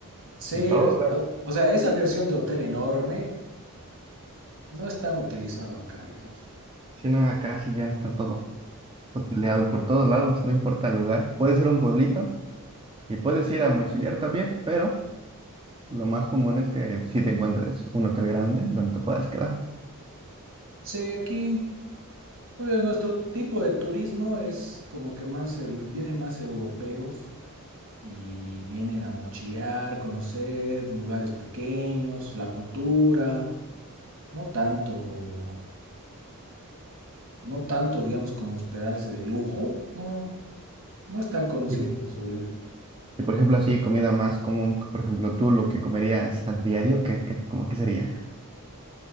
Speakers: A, on the right (about 60°); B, on the right (about 20°).
A: Sí,
B: En todos lados.
A: o o sea, esa versión de hotel enorme no es tan utilizado acá, digamos.
B: Sí, no, acá sí ya está todo. Hoteleado por todos lados, no importa el lugar. Puede ser un pueblito y puedes ir a mochilear también, pero lo más común es que si te encuentres un hotel grande donde te puedas quedar.
A: Sí, aquí o sea, nuestro tipo de turismo es como que más, el- vienen más europeos y vienen a mochilear, conocer lugares pequeños, la cultura, no tanto, no tanto, digamos, como hospedarse de lujo, no, no es tan conocido
B: Sí.
A: por eso Bolivia.
B: Y por ejemplo, así comida más común, por ejemplo, tú lo que comerías a diario, ¿qué, qué, como qué sería?